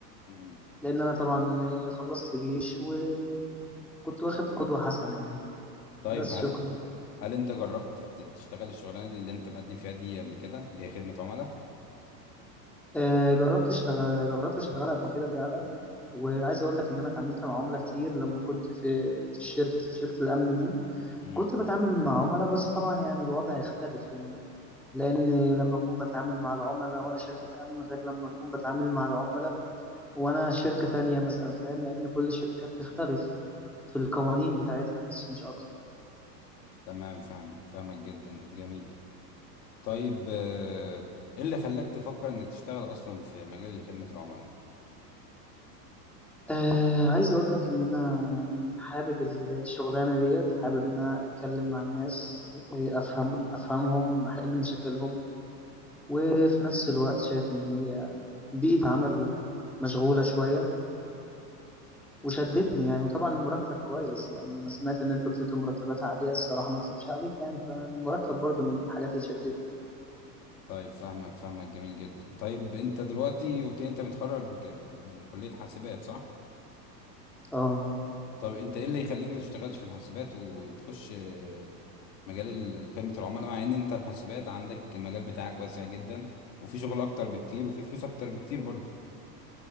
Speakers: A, on the left (about 80°); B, in the centre.
A: مم.
B: لان انا طبعا خلصت جيش وكنت واخد قدوة حسنة يعني
A: طيب
B: بس
A: هل
B: شكرا
A: هل انت جربت ت- تشتغل الشغلانة اللي انت مقدم فيها دي قبل كده اللي هي خدمة عملاء
B: آه، جربت اشتغل جربت اشتغل قبل كده فعلا وعايز اقول لك ان انا اتعاملت مع عملاء كتير لما كنت في في الشركة في شركة الامن دي
A: مم.
B: كنت بتعامل مع عملاء بس طبعا يعني الوضع يختلف يعني لان لما اكون بتعامل مع العملاء وانا شركة امن غير لما اكون بتعامل مع العملاء وانا شركة تانية مثلا فاهم لان كل شركة بتختلف في القوانين بتاعتها بس مش اكتر
A: تمام فاهمك فاهمك جدا جميل طيب آه، ايه اللي خلاك تفكر انك تشتغل اصلا في مجال خدمة العملاء
B: آه عايز اقول لك ان انا يعني حابب الشغلانة ديت حابب ان انا اتكلم مع الناس آه، افهم افهمهم احل مشاكلهم وفي نفس الوقت شايف ان هي بيئة عمل مشغولة شوية وشدتني يعني وطبعا المرتب كويس يعني انا سمعت ان انتوا بتدوا مرتبات عالية الصراحة ما اكذبش عليك يعني فالمرتب برضو من الحاجات اللي شدتني
A: طيب فاهمك فاهمك جميل جدا طيب انت دلوقتي قلت لي انت متخرج من كلية حاسبات صح؟
B: اه
A: طب انت ايه اللي يخليك ما تشتغلش في الحاسبات وتخش آه، مجال ال- خدمة العملاء مع ان انت الحاسبات عندك المجال بتاعك واسع جدا وفي شغل اكتر بكتير وفي فلوس اكتر بكتير برضه